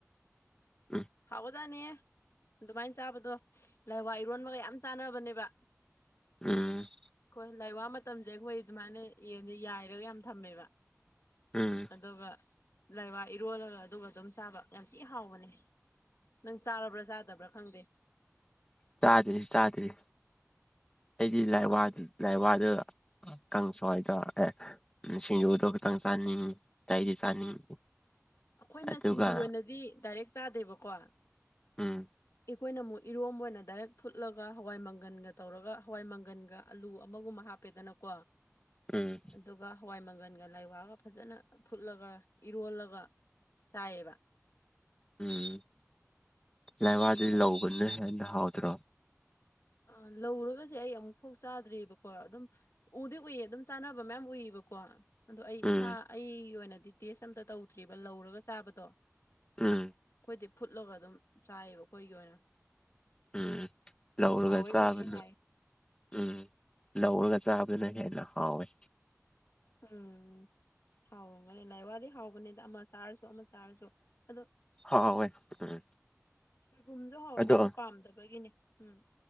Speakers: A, on the left; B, on the left.
A: ꯎꯝ
B: ꯍꯥꯎꯒ ꯖꯥꯅꯤꯍꯦ ꯑꯗꯨꯃꯥꯏꯅ ꯆꯥꯕꯗꯣ ꯂꯥꯏꯋꯥ ꯏꯔꯣꯟꯕꯒ ꯌꯥꯝ ꯆꯥꯟꯅꯕꯅꯦꯕ꯫
A: ꯎꯝ꯫
B: ꯈꯣꯏ ꯂꯥꯏꯋꯥ ꯃꯇꯝꯁꯦ ꯑꯩꯈꯣꯏ ꯑꯗꯨꯃꯥꯏꯅ ꯌꯦꯟꯁꯦ ꯌꯥꯏꯔꯒ ꯌꯥꯝ ꯊꯝꯃꯦꯕ꯫
A: ꯎꯝ꯫
B: ꯑꯗꯨꯒ ꯂꯥꯏꯋꯥ ꯏꯔꯣꯜꯂꯒ ꯑꯗꯨꯒ ꯑꯗꯨꯝ ꯆꯥꯕ ꯌꯥꯝ ꯊꯤ ꯍꯥꯎꯕꯅꯦ꯫ ꯅꯪ ꯆꯥꯔꯕ꯭ꯔꯥ ꯆꯥꯗꯕ꯭ꯔꯥ ꯈꯪꯗꯦ꯫
A: ꯆꯥꯗ꯭ꯔꯤ ꯆꯥꯗ꯭ꯔꯤ ꯑꯩꯗꯤ ꯂꯥꯏꯋꯥ
B: ꯍꯥꯎꯕꯅꯦ
A: ꯂꯥꯏꯋꯥꯗꯨ ꯀꯥꯡꯁꯣꯏꯗꯣ ꯑꯦ ꯁꯤꯡꯖꯨꯗꯣ ꯈꯤꯇꯪ ꯆꯥꯅꯤꯡꯉꯤ ꯑꯇꯩꯗꯤ ꯆꯥꯅꯤꯡ
B: ꯑꯩꯈꯣꯏꯅ
A: ꯑꯗꯨꯒ
B: ꯁꯤꯡꯖꯨ ꯑꯣꯏꯅꯗꯤ ꯗꯥꯏꯔꯦꯛ ꯆꯥꯗꯦꯕꯀꯣ
A: ꯎꯝ
B: ꯑꯩꯈꯣꯏꯅ ꯑꯃꯨꯛ ꯏꯔꯣꯝꯕ ꯑꯣꯏꯅ ꯗꯥꯏꯔꯦꯛ ꯐꯨꯠꯂꯒ ꯍꯋꯥꯏ ꯃꯪꯒꯟꯒ ꯇꯧꯔꯒ ꯍꯋꯥꯏ ꯃꯪꯒꯟꯒ ꯑꯂꯨ ꯑꯃꯒꯨꯝꯕ ꯍꯥꯞ ꯄꯦꯗꯅꯀꯣ
A: ꯎꯝ
B: ꯑꯗꯨꯒ ꯍꯋꯥꯏ ꯃꯪꯒꯟꯒ ꯂꯥꯏꯋꯥꯒ ꯐꯖꯅ ꯐꯨꯠꯂꯒ ꯏꯔꯣꯜꯂꯒ ꯆꯥꯏꯌꯦꯕ
A: ꯎꯝ ꯂꯥꯏꯋꯥꯗꯤ
B: ꯅꯣꯏꯅ ꯑꯃꯨꯛ
A: ꯂꯧꯕꯅ ꯍꯦꯟꯅ ꯍꯥꯎꯗ꯭ꯔꯣ
B: ꯑꯥ ꯂꯧꯔꯒꯁꯦ ꯑꯩ ꯑꯃꯨꯛ ꯐꯥꯎ ꯆꯥꯗ꯭ꯔꯤꯕꯀꯣ ꯑꯗꯨꯝ ꯎꯗꯤ ꯎꯏꯌꯦ ꯑꯗꯨꯝ ꯆꯥꯟꯅꯕ ꯃꯌꯥꯝ ꯎꯏꯌꯦꯕꯀꯣ ꯑꯗꯣ ꯑꯩ
A: ꯎꯝ
B: ꯏꯁꯥ ꯑꯩꯒꯤ ꯑꯣꯏꯅꯗꯤ ꯇꯦꯁ ꯑꯝꯇ ꯇꯧꯗ꯭ꯔꯤꯕ ꯂꯧꯔꯒ ꯆꯥꯕꯗꯣ
A: ꯎꯝ
B: ꯈꯣꯏꯗꯤ ꯐꯨꯠꯂꯒ ꯑꯗꯨꯝ ꯆꯥꯏꯑꯦꯕ ꯈꯣꯏꯒꯤ ꯑꯣꯏꯅ
A: ꯎꯝ ꯂꯧꯔꯒ
B: ꯑꯗꯨ ꯍꯥꯎꯋꯦꯕꯨꯗꯤ
A: ꯆꯥꯕꯅ
B: ꯍꯥꯏ
A: ꯎꯝ ꯂꯧꯔꯒ ꯆꯥꯕꯗꯨꯅ ꯍꯦꯟꯅ ꯍꯥꯎꯌꯦ
B: ꯎꯝ ꯍꯥꯎꯔꯝꯒꯅꯤ ꯂꯥꯏꯋꯥꯗꯤ ꯍꯥꯎꯕꯅꯤꯗ ꯑꯃ ꯆꯥꯔꯁꯨ ꯑꯃ ꯆꯥꯔꯁꯨ ꯑꯗꯣ
A: ꯍꯥꯎꯋꯦ ꯎꯝ
B: ꯁꯣꯏꯕꯨꯝꯁꯨ ꯍꯥꯎꯋꯦ
A: ꯑꯗꯣ
B: ꯅꯪꯅ ꯄꯥꯝꯗꯕꯒꯤꯅꯤ ꯎꯝ